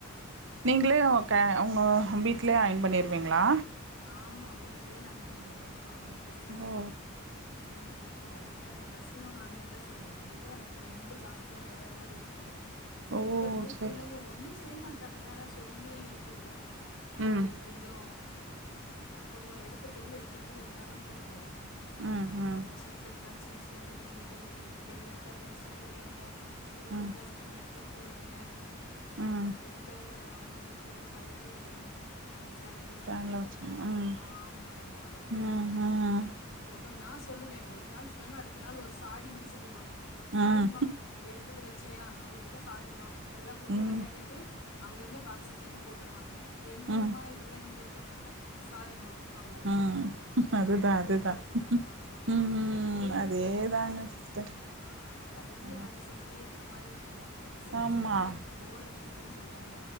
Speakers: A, on the right; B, on the left.
A: நீங்களே ஒக்க ஒங்க வீட்லயே அயன் பண்ணி க்குவீங்ளா
B: ஆமா வீட்லயே நா பண்ணிருவே அவுங்க ட்ரெஸ்ஸு
A: ஓ
B: பிள்ளைங்க எல்லார் ட்ரெஸ்ஸையு நானே தா செய்வே அதுதா எனக்கு ரொம்ப ஜாஸ்தியான வேல மாதிரி இருக்கு
A: ஓ
B: இப்ப இருந்தே
A: சரி
B: புள்ளைங்க ஒன்னு செய்ய மாட்டாளுங்கா ஆனா சொல்லி குடுப்பே எனக்கு
A: ம்
B: கொஞ்சோ கொஞ்சோ எடுத்த பொருள் எடுத்த எடத்ல இருந்தா தா புடிக்கு அதனால
A: ம் ம்
B: சீப் எடுத்தா சீப் ஸ்டாண்டல வய்ங்கடி பென் எடுத்தா பென் ஸ்டாண்ல்ல வய்ங்க ஸ்பூன்
A: ம்
B: எடுத்தா ஸ்பூன் எடுத்த எடத்துல வைங்க
A: ம்
B: அப்பறோ பிளைட்டு அவுங்கவுங்க பிளைட்டு கழுவி ஸ்டாண்ல்
A: ஸ்டாண்ட்ல
B: வய்ங்க
A: வச்சுருங்க ம்
B: ஆமா ஆமா ஆதனால
A: ம்
B: ஓட நா சொல்லுவே ஒரு நாள் சிவங்க அடுத்த நாள் ஒரு ச சாரி மட்டு சொல்லிடுவாங்க சாரிமா
A: ம்
B: எடுத்தத வச்ச சியா அப்டின்னுட்டு சாரிம்மா எல்லா பொருளு
A: ம்
B: வெளயாடிட்டு
A: ம்
B: அங்கங்கே பாக்ச தூக்கி போட்டு ருவாங்க என்னம்மா
A: ம்
B: இதெல்லா இங்க இரு கடைக்குன சாரிம்மா அவ்ளதா
A: ம் அதுதா
B: நமக்கு பொறுக்காது
A: அதுதா
B: ஆமா
A: ம்
B: அதனாலயே
A: ம்
B: எனக்கு
A: அதேதாங்க
B: என்னமோ வீட்ல
A: சிஸ்டர்
B: ஆ நெறய
A: ஆ
B: வேல செஞ்சுட்டே இருக்குற மாரி இருக்கு சிலர்
A: ஆமா
B: சொல்லுவாங்க எனக்கு போர் அடி இதுன்னு சொல்லுவாங்க